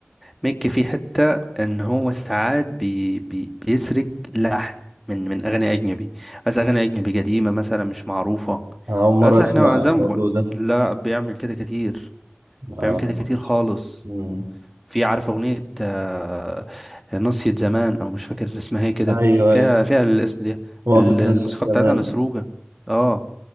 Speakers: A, in the centre; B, on the right (about 80°).
A: ميكي في حتة ان هو ساعات بي بي بيسرق لحن من من اغاني اجنبي بس اغاني اجنبي قديمة مثلا مش معروفة
B: أنا أول مرة
A: بس
B: أسمع
A: احنا زي
B: الموضوع
A: ما بقول
B: ده
A: لا بيعمل كده كتير بيعمل
B: أنا أول
A: كده
B: مرة
A: كتير خالص
B: أسمع. مم.
A: في عارف اغنية آه، ناصية زمان او مش فاكر اسمها ايه كده
B: أيوه
A: فيها
B: أيوه
A: فيها الاسم ده
B: وقفت
A: ال- الموسيقى
B: نفسك زمان
A: بتاعتها مسروقة اه